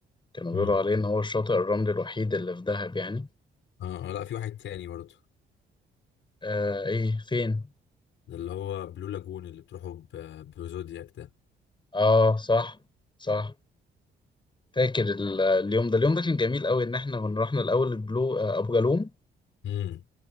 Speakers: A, on the left; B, on the left.
A: كانوا بيقولوا
B: مم.
A: عليه إن هو الشاطئ الرملي الوحيد اللي في دهب يعني
B: اه آه، لا في واحد تاني برضه
A: آه إيه فين؟
B: ده اللي هو بلو لاجون اللي بتروحوا ب- بزودياك ده
A: آه صح صح فاكر ال- اليوم ده اليوم ده كان جميل قوي إن إحنا كنا رحنا الأول البلو آه أبو جالوم
B: امم